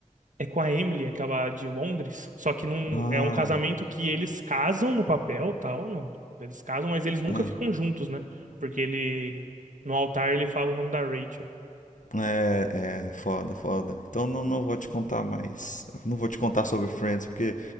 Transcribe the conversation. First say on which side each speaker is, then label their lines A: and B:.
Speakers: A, on the right; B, on the left.
A: é com a Emily, aquela de Londres. Só que não
B: Ah,
A: é um casamento que eles casam no papel, tal, não. Eles casam, mas eles nunca
B: é.
A: ficam juntos, né? Porque ele no altar ele fala o nome da Rachel.
B: É, é, é foda, foda. Então não, não vou te contar mais. Não vou te contar sobre Friends, porque